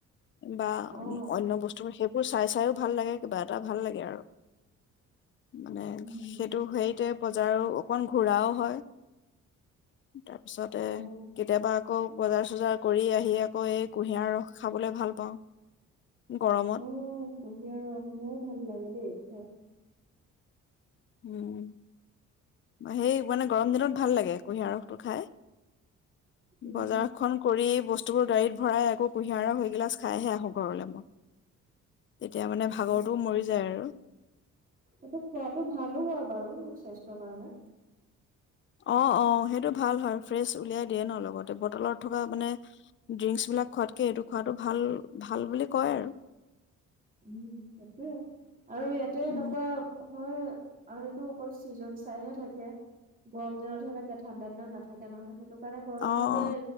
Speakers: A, on the left; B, on the right.
A: বা
B: অ',
A: অন্য বস্তুবোৰ সেই বোৰ চাই চাইও ভাল লাগে কিবা এটা ভাল লাগে আৰু। মানে
B: উম
A: সেইটো হেৰিতে বজাৰো অকন ঘূৰাও হয়। তাৰ পিছতে
B: অ
A: কেতিয়াবা আকৌ বজাৰ, চজাৰ কৰি আহি আকৌ এই কুঁহিয়াৰ ৰস খাবলৈ ভাল পাওঁ। গৰমত
B: অ', কুঁহিয়াৰ ৰস, মোৰো ভাল লাগে দেই খাই।
A: উম, সেই মানে গৰম দিনত ভাল লাগে কুঁহিয়াৰা ৰসটো খাই।
B: উম
A: বজাৰখন কৰি বস্ত বস্তুবোৰ গাড়ীত ভৰাই আকৌ কুঁহিয়াৰ ৰস এগিলাছ খাইহে আহোঁ ঘৰলে মই। তেতিয়া মানে
B: অ
A: ভাগৰটোও মৰি যায় আৰু।
B: সেইটো খোৱাটো ভালো হয় বাৰু স্বাস্থ্যৰ কাৰণে।
A: অ', অ', সেইটো ভাল হয় ফ্ৰেচ উলিয়াই দিয়ে ন লগতে, বটলত থকা মানে ড্ৰিংকচ বিলাক খোৱাতকে সেইটো খোৱটো ভাল, ভাল বুলি কয় আৰু।
B: সেইটোয়ে আৰু ইয়াতে এনেকুৱা
A: উম,
B: হয়। আৰু এইটো অকল ছিজন চাইহে থাকে, গৰম দিনতহে থাকে ঠাণ্ডা দিনত নাথাকে নহয় সেইটো কাৰণে গৰম
A: অ',
B: দিনতে